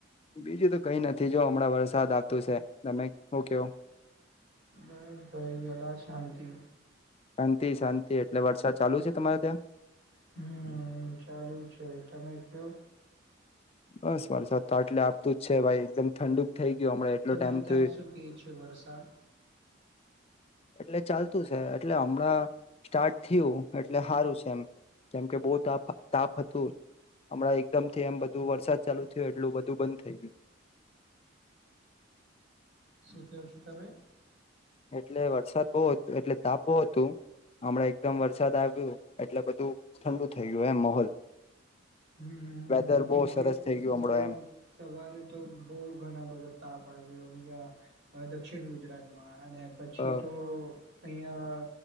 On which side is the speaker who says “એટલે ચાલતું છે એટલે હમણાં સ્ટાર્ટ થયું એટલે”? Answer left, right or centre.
Left